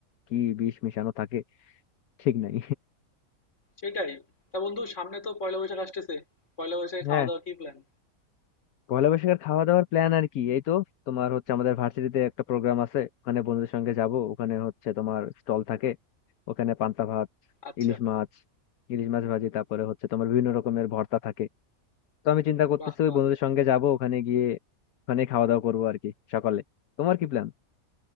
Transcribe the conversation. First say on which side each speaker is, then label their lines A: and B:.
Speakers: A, on the left (about 80°); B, on the left (about 55°).
A: কি বিষ মিশানো থাকে ঠিক নাই
B: সেটাই তা বন্ধু সামনে তো পয়লা বৈশাখ আসতেছে পয়লা বৈশাখে
A: হ্যাঁ
B: খাওয়া দাওয়ার কি প্ল্যান
A: পয়লা বৈশাখের খাওয়া দাওয়ার প্ল্যান আর কি এই তো তোমার হচ্ছে আমাদের ভার্সিটিতে একটা প্রোগ্রাম আছে ওখানে বন্ধুদের সঙ্গে যাব ওখানে হচ্ছে তোমার স্টল থাকে ওখানে পান্তা ভাত
B: আচ্ছা
A: ইলিশ মাছ ইলিশ মাছ ভাজি তারপরে হচ্ছে তোমার বিভিন্ন রকমের ভর্তা থাকে তো আমি চিন্তা করতেছি
B: বাহ বাহ
A: ওই বন্ধুদের সঙ্গে যাব ওখানে গিয়ে ওখানে খাওয়া দাওয়া করবো আর কি সকালে তোমার কি প্ল্যান